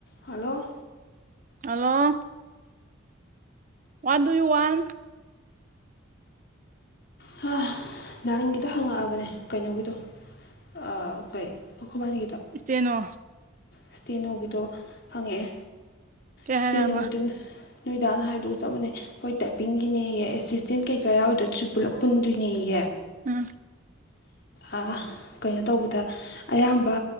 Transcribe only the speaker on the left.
hello
ꯍꯥ ꯅꯍꯥꯟꯒꯤꯗꯣ ꯍꯪꯉꯛꯑꯕꯅꯦ ꯀꯩꯅꯣꯒꯤꯗꯣ ꯑꯥ ꯀꯩ ꯑꯩꯈꫭꯏꯕꯥꯅꯤꯒꯤꯗꫭ
ꯏꯁꯇꯦꯅꯣꯒꯤꯗꯣ ꯍꯪꯉꯛꯑꯦ
ꯏꯁꯇꯦꯅꯣꯒꯤꯗꯨ
ꯅꯣꯏ ꯗꯥꯅ ꯍꯥꯏꯕꯗꯨꯒ ꯆꯥꯞ ꯃꯥꯟꯅꯩ ꯑꯩꯈꯣꯏ ꯇꯥꯏꯄꯤꯡꯒꯤꯅꯦꯌꯦ ꯑꯦꯁꯤꯁꯇꯦꯟ ꯀꯩꯀꯥ ꯌꯥꯎꯔꯤꯗꯨꯁꯨ ꯄꯨꯂꯞ ꯄꯨꯟꯗꯣꯏꯅꯦꯌꯦ
ꯑꯥ ꯀꯩꯅꯣ ꯇꯧꯕꯗ ꯑꯌꯥꯝꯕ